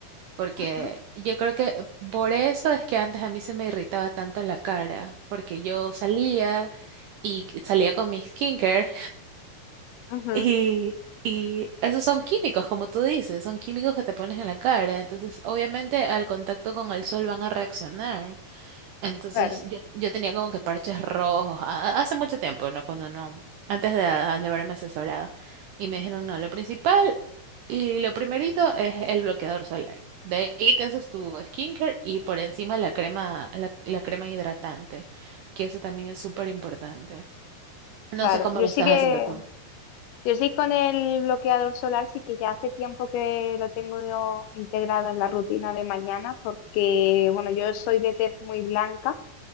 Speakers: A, on the right; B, on the left.
A: porque
B: ujú,
A: yo creo que por eso es que antes a mí se me irritaba tanto la cara, porque yo salía y salía con mi skincare
B: ujú,
A: Y, y esos son químicos, como tú dices, son químicos que te pones en la cara. Entonces, obviamente, al contacto con el sol van a reaccionar. Entonces,
B: Claro,
A: yo, yo tenía como que parches rojos. a- hace mucho tiempo, ¿no? Cuando no, antes de, de haberme asesorado. Y me dijeron, no, lo principal y lo primerito es el bloqueador solar. De ahí te haces tu skincare y por encima la crema, la, la crema hidratante, que eso también es súper importante. No
B: claro.
A: sé cómo
B: Yo
A: lo
B: sí
A: estás
B: que,
A: haciendo tú.
B: yo sí con el bloqueador solar sí que ya hace tiempo que lo tengo yo integrado en la rutina de mañana porque, bueno, yo soy de tez muy blanca